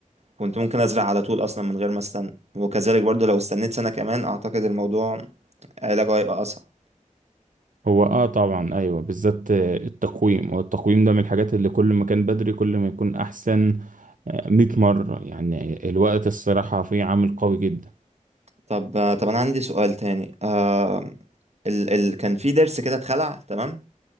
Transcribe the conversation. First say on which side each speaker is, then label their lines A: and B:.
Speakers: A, on the right; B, on the right.
A: كنت ممكن أزرع على طول أصلا من غير ما أستنى وكذلك برضو لو استنيت سنة كمان أعتقد الموضوع علاجه هيبقى أصعب
B: هو آه طبعا أيوة بالذات آه، التقويم والتقويم ده من الحاجات اللي كل ما كان بدري كل ما يكون أحسن آه، 100 مرة يعني الوقت الصراحة فيه عامل قوي جدا
A: طب آه، طب أنا عندي سؤال تاني آه ال ال كان في ضرس كده اتخلع تمام